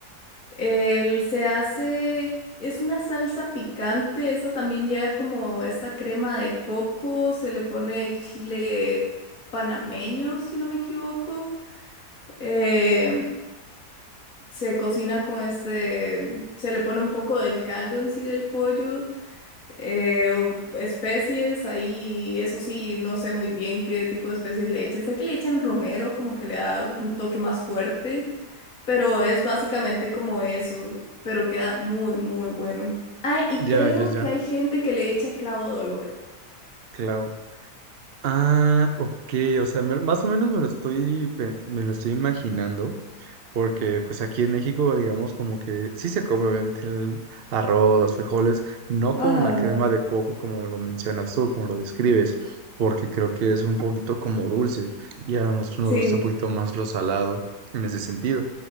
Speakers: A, on the left; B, on the right.
A: él se hace, es una salsa picante, esa también lleva como esta crema de coco, se le pone chile panameño, si no me equivoco. Em, se cocina con este, se le pone un poco del caldo en sí del pollo Eh, o- especies, ahí eso sí, no sé muy bien qué tipo de especies le echan. Sé que le echan romero, como que le da un toque más fuerte, pero es básicamente como eso, pero queda muy, muy bueno. Ah, y
B: Ya,
A: creo
B: ya, ya,
A: que hay gente que le echa clavo de olor.
B: claro. Ah, ok, o sea, me- más o menos me lo estoy, pe- me lo estoy imaginando. porque pues aquí en México, digamos, como que sí se come obviamente el arroz, los frijoles, no
A: Ajá,
B: con la crema de coco como lo mencionas tú, como lo describes, porque creo que es un poquito como dulce y a nosotros
A: Sí,
B: nos gusta un poquito más lo salado en ese sentido.